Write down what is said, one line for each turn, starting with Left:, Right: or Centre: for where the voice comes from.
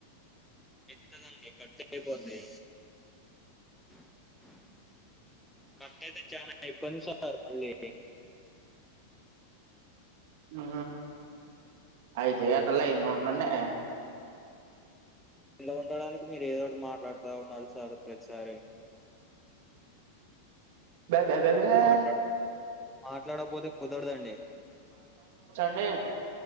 Centre: ఎట్ట దంక కడితే అయిపోద్ది <unintelligible> కొని సార్ మళ్ళీ
Right: ఆ అయితే అసలే ఎన్నోన్నయి
Centre: ఇలా ఉండడానికి మీరు ఏదోటి మాట్లాడుతా ఉండాలి సార్ ప్రతిసారి
Right: బ బ బ ఆ
Centre: మాట్లాడ మాట్లాడకపోతే కుదరదండి
Right: అండి